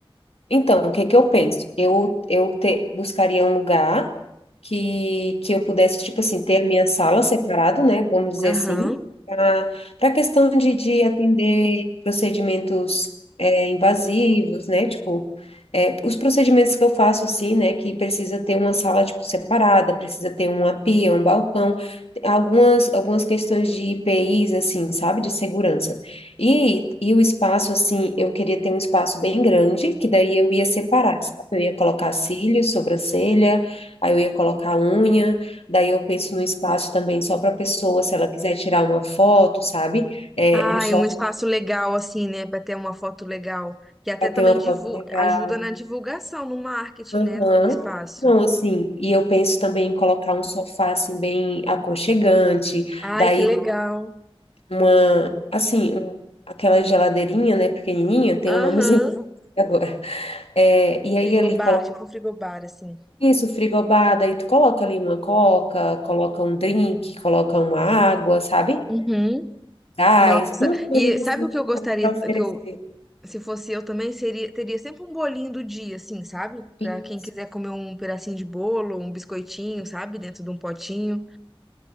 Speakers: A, on the left (about 85°); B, in the centre.
A: Então, o que que eu penso? Eu, eu te- buscaria um lugar que, que eu pudesse, tipo assim, ter a minha sala separado, né? Vamos dizer
B: Aham.
A: assim, para a questão de, de atender procedimentos é, invasivos, né? Tipo, é, os procedimentos que eu faço, assim, né? Que precisa ter uma sala, tipo, separada, precisa ter uma pia, um balcão, algumas, algumas questões de IPIs, assim, sabe? De segurança. E, e o espaço, assim, eu queria ter um espaço bem grande, que daí eu ia separar, sabe? Eu ia colocar cílios, sobrancelha, aí eu ia colocar unha, daí eu penso num espaço também só para a pessoa, se ela quiser tirar uma foto, sabe? É,
B: Ah,
A: um só
B: e um espaço legal, assim, né, pra ter uma foto legal, que até
A: para
B: também
A: ter uma
B: divu-
A: foto legal.
B: ajuda na divulgação, no marketing,
A: Aham.
B: né, do espaço.
A: Não, assim, e eu penso também em colocar um sofá, assim, bem aconchegante,
B: Ai,
A: daí
B: que legal.
A: uma, assim, um- aquela geladeirinha, né, pequenininha, tem
B: Aham.
A: um nomezinho <laughs> agora. É, e aí
B: Frigobar,
A: ali coloca
B: tipo um frigobar, assim.
A: isso, frigobar, daí tu coloca ali uma coca, coloca um drink, coloca uma água, sabe?
B: Uhum.
A: Gás,
B: Nossa,
A: umas coisas
B: e sabe
A: assim
B: o que eu gostaria,
A: para oferecer.
B: que eu Se fosse eu também, seria, teria sempre um bolinho do dia, assim, sabe?
A: Isso,
B: Pra quem quiser comer um pedacinho de bolo, um biscoitinho, sabe? Dentro de um potinho.